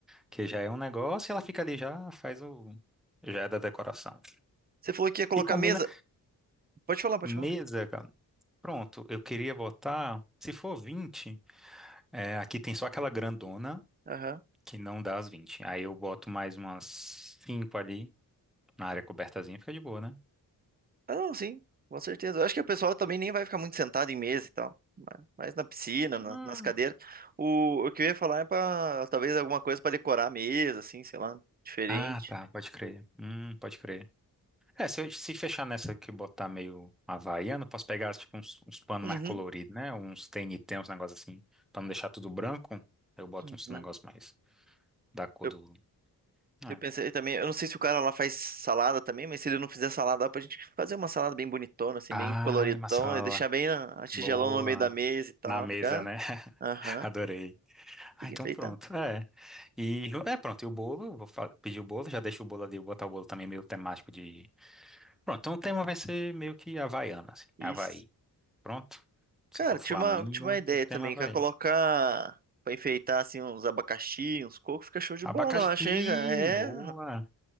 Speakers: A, in the centre; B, on the right.
A: Que já é um negócio e ela fica ali, já faz o. Já é da decoração.
B: Você falou que ia colocar
A: E combina
B: mesa. Pode falar, pode
A: mesa,
B: falar.
A: cara. Pronto, eu queria botar. Se for 20 é, aqui tem só aquela grandona
B: Aham.
A: que não dá as vinte Aí eu boto mais umas 5 ali na área cobertazinha, fica de boa, né?
B: Ah, não, sim, com certeza. Eu acho que o pessoal também nem vai ficar muito sentado em mesa e tal. Mas mas na piscina,
A: Hum.
B: na- nas cadeiras. O, o que eu ia falar é pra talvez alguma coisa pra decorar a mesa, assim, sei lá, diferente.
A: Ah, tá, pode crer. Hum, pode crer. É, se, eu- se fechar nessa que botar meio havaiano, posso pegar tipo uns, uns panos
B: Uhum,
A: mais coloridos, né? Uns TNT, uns negócios assim. Pra não deixar tudo branco, eu boto
B: uhum.
A: uns negócios mais. Da cor
B: Eu,
A: do. É.
B: eu pensei também, eu não sei se o cara lá faz salada também, mas se ele não fizer salada, dá pra gente fazer uma salada bem bonitona, assim,
A: Ai,
B: bem coloridona,
A: uma sala
B: e deixar bem a, a tigelão
A: boa.
B: no meio da mesa e tal,
A: Na mesa,
B: ficar.
A: né? <laughs>
B: Aham,
A: Adorei. Ah,
B: fica
A: então
B: enfeitar.
A: pronto. É. E é pronto. E o bolo, eu vou fa- pedir o bolo, já deixo o bolo ali, vou botar o bolo também meio temático de. Pronto, então o tema vai ser meio que Havaiana, assim.
B: Isso.
A: Havaí. Pronto. Se
B: Cara,
A: for
B: tinha
A: Flamengo,
B: uma, tinha uma ideia
A: o tema
B: também,
A: é Havaí.
B: que é colocar pra enfeitar assim uns abacaxi, uns cocos, fica show de
A: Abacaxi,
B: bola, eu acho, hein, cara? É,
A: boa.